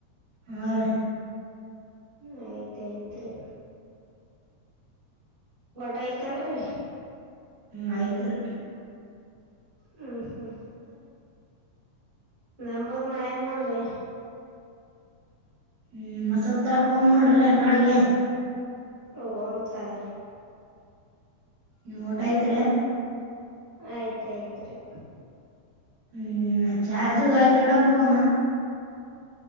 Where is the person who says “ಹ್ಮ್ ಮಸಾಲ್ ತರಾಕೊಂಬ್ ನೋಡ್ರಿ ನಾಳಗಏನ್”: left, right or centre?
Right